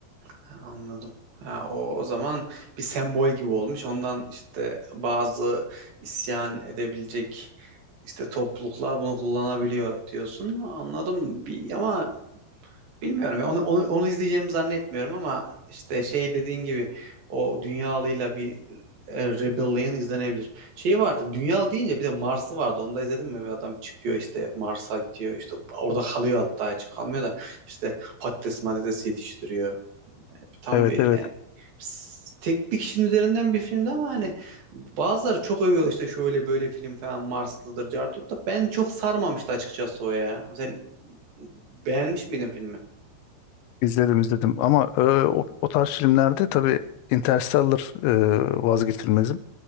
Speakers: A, on the right; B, on the left.
A: ha, anladım. Ha, o, o zaman bir sembol gibi olmuş. Ondan işte bazı isyan edebilecek işte topluluklar bunu kullanabiliyor diyorsun. Anladım. Bir, ama Bilmiyorum ya onu, onu onu izleyeceğimi zannetmiyorum ama işte şey dediğin gibi o dünyalıyla bir e, Rebellion izlenebilir. Şey vardı Dünya deyince bir de Mars'ı vardı onu da izledin mi? Bir adam çıkıyor işte Mars'a gidiyor işte orada kalıyor hatta hiç kalmıyor da işte patates matates yetiştiriyor. Tam
B: Evet
A: bir
B: evet
A: e, s- tek bir kişinin üzerinden bir filmdi ama hani bazıları çok övüyor işte şöyle böyle film falan Marslıdır Cartut da ben çok sarmamıştı açıkçası o ya. Sen beğenmiş miydin filmi?
B: izledim izledim ama e, o, o tarz filmlerde tabii Interstellar e, vazgeçilmezim.